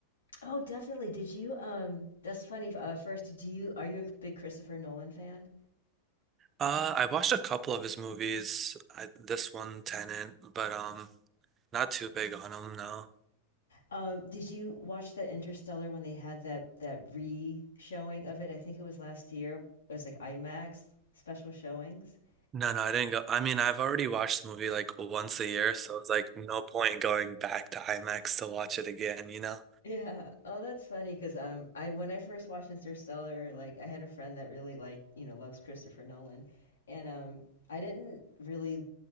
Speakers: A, on the left; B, on the right.
A: Oh, definitely. Did you um that's funny. Uh first, do you are you a big Christopher Nolan fan?
B: Uh, I watched a couple of his movies. I, this one, Tenant, but um, not too big on him, no.
A: Um did you watch the Interstellar when they had that that re-showing of it? I think it was last year. It was like IMAX special showings. <laughs>
B: No, no, I didn't go. I mean, I've already watched the movie like once a year, so it's like no point going back to IMAX to watch it again, you know?
A: Yeah. Oh, that's funny because um, I when I first watched Interstellar, like I had a friend that really like you know loves Christopher Nolan, and um, I didn't really